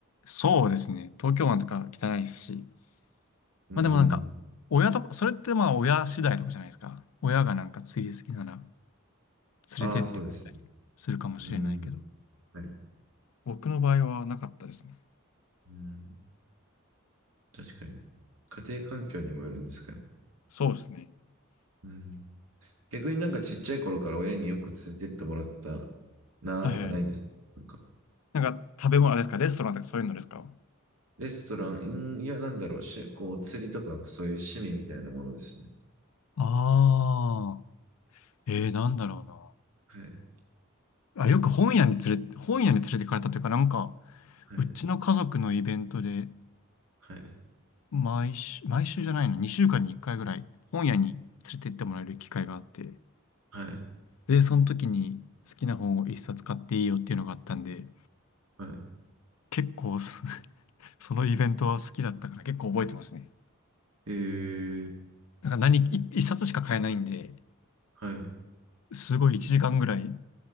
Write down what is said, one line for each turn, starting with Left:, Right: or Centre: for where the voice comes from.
Left: そうですね。東京湾とか汚いですし、
Right: うん。
Left: まあでもなんか、親とか、それってまあ親次第とかじゃないですか。親がなんか釣り好きなら
Right: ああー、
Left: 連れてってくれたりするかもしれないけど、
Right: そうですね。うん。はい。
Left: 僕の場合はなかったですね。
Right: うん。確かに。家庭環境にもよるんですかね。
Left: そうですね。
Right: うん。逆になんかちっちゃい頃から親によく連れてってもらったなーとかないんですかなんか
Left: はいはい。なんか、食べ物あれですか、レストランとかそういうのですか
Right: レストラン、うんいや、なんだろう、し、こう、釣りとか、そういう趣味みたいなものですね。
Left: ああ、えー、なんだろうな。
Right: はい、
Left: あ、よく本屋に連れ、本屋に連れてかれたというか、なんか、
Right: はい、
Left: うちの家族のイベントで、
Right: はい、
Left: 毎週、毎週じゃないの、2週間に1回ぐらい、本屋に連れて行ってもらえる機会があって、
Right: はい、
Left: で、その時に好きな本を1冊買っていいよっていうのがあったんで、
Right: は
Left: 結構そ、<laughs> そのイベントは好きだったから結構覚えてますね。
Right: い。えー、
Left: なんか何、1冊しか買えないんで、
Right: はい、
Left: すごい1時間ぐらい